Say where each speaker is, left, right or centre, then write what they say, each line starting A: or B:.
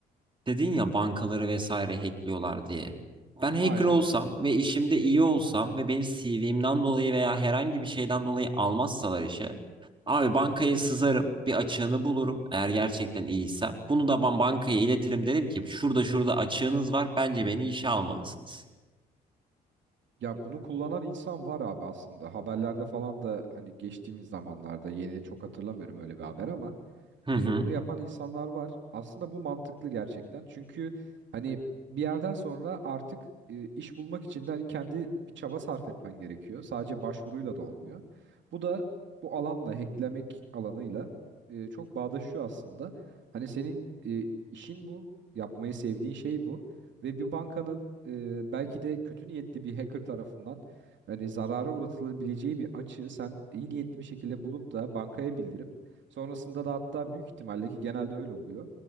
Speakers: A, on the right; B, on the right.
A: Dedin ya bankaları vesaire hackliyorlar diye. Ben
B: Aynen
A: hacker olsam
B: abi.
A: ve işimde iyi olsam ve benim CV'mden dolayı veya herhangi bir şeyden dolayı almazsalar işe. Abi bankaya sızarım, bir açığını bulurum eğer gerçekten iyiysem. Bunu da ben bankaya iletirim derim ki şurada şurada açığınız var bence beni işe almalısınız.
B: Ya bunu kullanan insan var abi aslında. Haberlerde falan da hani geçtiğimiz zamanlarda yeni çok hatırlamıyorum öyle bir haber ama
A: Hı
B: e,
A: hı.
B: bunu yapan insanlar var. Aslında bu mantıklı gerçekten. Çünkü hani bir yerden sonra artık e, iş bulmak için de hani kendi bir çaba sarf etmen gerekiyor. Sadece başvuruyla da olmuyor. Bu da bu alanla, hacklemek alanıyla e, çok bağdaşıyor aslında. Hani senin e, işin bu, yapmayı sevdiğin şey bu ve bir bankanın e, belki de kötü niyetli bir hacker tarafından hani zarara uğratılabileceği bir açığı sen iyi niyetli bir şekilde bulup da bankaya bildirip Sonrasında da hatta büyük ihtimalle ki genelde öyle oluyor.